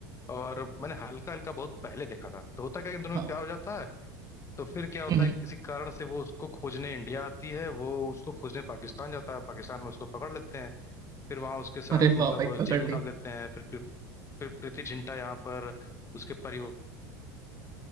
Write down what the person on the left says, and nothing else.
और मैंने हल्का हल्का बहुत पहले देखा था तो होता क्या है कि इन दोनों
में प्यार हो जाता है तो फिर क्या होता
है कि किसी कारण से वो उसको खोजने इंडिया आती है वो उसको खोजने पाकिस्तान जाता है पाकिस्तान में उसको पकड़ लेते हैं फिर वहां उसके साथ
मतलब
जेल में
डाल देते हैं फिर फिर, फिर प्रीति जिंटा यहाँ पर उसके परिवार